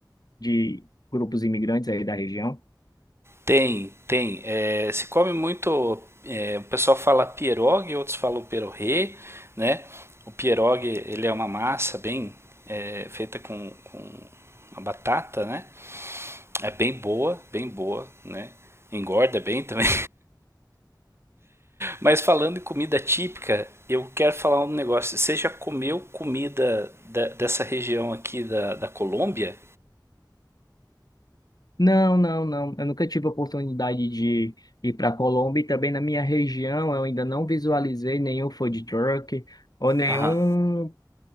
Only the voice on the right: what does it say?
tem, tem. É, se come muito. é, o pessoal fala pierogi, outros falam perorê, né? O pierogi, ele é uma massa bem é, feita com, com uma batata, né? É bem boa, bem boa, né? Engorda bem <laughs> também. Mas falando em comida típica, eu quero falar um negócio. Você já comeu comida da- dessa região aqui da, da Colômbia?
Aham.